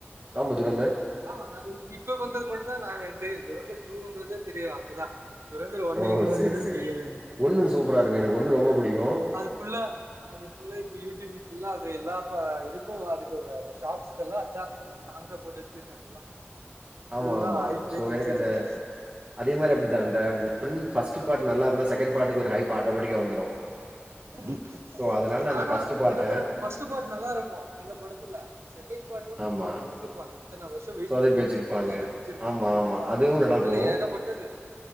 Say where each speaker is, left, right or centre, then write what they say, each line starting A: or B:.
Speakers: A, on the right (about 30°); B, on the right (about 75°).
A: ஆம்மா துரேந்தர்
B: ஆமா நா இ இப்ப வந்தது மட்டும்தா நா எனக் தெரியு. துரேந்தர் டூன்றதே தெரியு அப்போதா. துரேந்தர் ஒண்ணு
A: ஓ
B: எங்க வந்ததுன்னு
A: சேரி சேரி
B: தெரியாது எனக்கு
A: ஒன்னு சூப்பரா இருக்கு எனக்கு ஒன்னு
B: அது இது
A: ரொம்ப பிடிக்கு
B: அது ஃபுல்லா அதுஃபுல்லா, இப்ப யூடியூப் ஃபுல்லா அது எல்லா ப இதுக்கு அதுக்கு அந்த ஷாட்ஸுக்கெல்லா அதா சாங்குதா போட்டு வச்சிருக்காங்க எல்லா ஃபுல்லா
A: ஆமா ஆமா
B: ஹைப்
A: சோ
B: ஏத்தி
A: எனக்கு
B: வச்சிருக்காங்க.
A: அந்த அதே மாரி அப்டிதா அந்த ஒன் ஃபர்ஸ்ட் பார்ட் நல்லா இருந்தா, செகண்ட் பார்ட்க்கு ஒரு ஹைப் ஆட்டோமேட்டிக்கா வந்துரு.
B: <unintelligible>
A: சோ அதனால நா
B: ஆனா
A: ஃபர்ஸ்ட் பாத்தே
B: சில பேரோட ஃபஸ்ட் பார்ட் நல்லாருக்கு சில படத்துல செகண்ட் பார்ட்ல
A: ஆமா
B: சொதப்பி வச்சிருப்பாங்க இத்தன வருஷ வெயிட்
A: சொதப்பி
B: பண்ணி
A: வச்சிருப்பாங்க
B: சொதப்பி வச்சிருப்பாங்க
A: ஆமா ஆமா
B: ஆ
A: அதுவு நடக்கு
B: அதெல்லா ஏகப்பட்டது